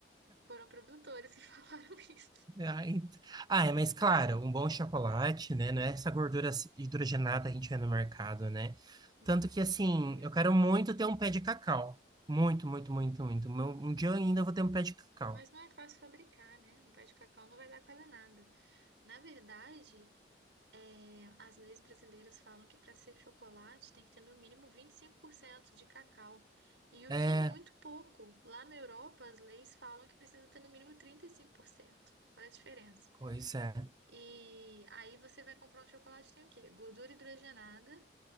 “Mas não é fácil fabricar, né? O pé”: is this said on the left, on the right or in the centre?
Right